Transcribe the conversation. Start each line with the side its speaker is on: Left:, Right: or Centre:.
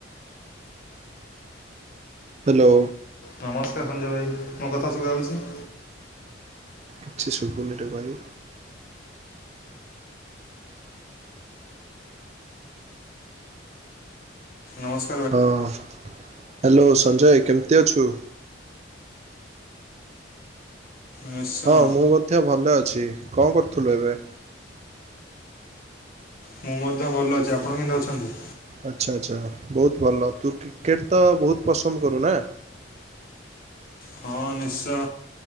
Right: ହାଲୋ।
Left: ନମସ୍କାର ସଞ୍ଜୟ ଭାଇ ମୋ କଥା ଶୁଭାଜାଉଛି?
Right: କିଛି ସୁଭୁନି ଏଇଟାକୁ ଭାଇ।
Left: ନମସ୍କା
Right: ଅ ହାଲୋ ସଞ୍ଜୟ ଭାଇ କେମିତି ଅଛୁ?
Left: ନିଶ୍ଚୟ
Right: ହଁ ମୁଁ ମଧ୍ୟ ଭଲ ଅଛି କଁ କରୁଥିଲୁ ଏବେ?
Left: ମୁଁ ମଧ୍ୟ ଭଲ ଅଛି ଆପଣ କେମିତି ଅଛନ୍ତି?
Right: ଆଚ୍ଛା ଆଚ୍ଛା ବହୁତ ଭଲ ତୁ କ୍ରିକେଟ ତ ବହୁତ ପସନ୍ଦ କରୁନା?
Left: ହଁ ନିଶ୍ଚୟ